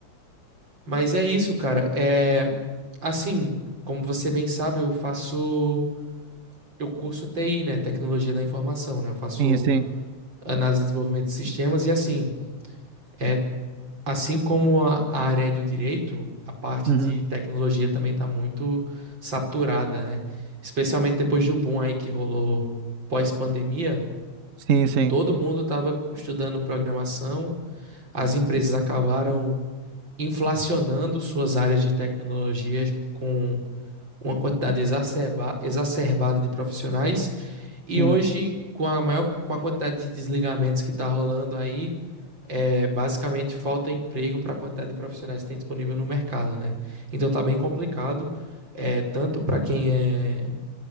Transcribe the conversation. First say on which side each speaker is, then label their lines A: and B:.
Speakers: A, on the right; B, on the right.
A: mas é isso, cara. É assim, como você bem sabe, eu faço eu curso TI, né, tecnologia da informação, né? Eu faço
B: Sim, sim.
A: análise e desenvolvimento de sistemas e assim, é assim como a a área é do direito, a parte
B: Uhum.
A: de tecnologia também tá muito saturada, né? Especialmente depois do boom aí que rolou pós-pandemia,
B: Sim, sim,
A: todo mundo tava estudando programação, as empresas acabaram inflacionando suas áreas de tecnologias com uma quantidade exacerba- exacerbada de profissionais. E
B: sim.
A: hoje, com a maior, com a quantidade de desligamentos que está rolando aí, é, basicamente falta emprego para a quantidade de profissionais que tem disponível no mercado, né? Então tá bem complicado, é, tanto para quem é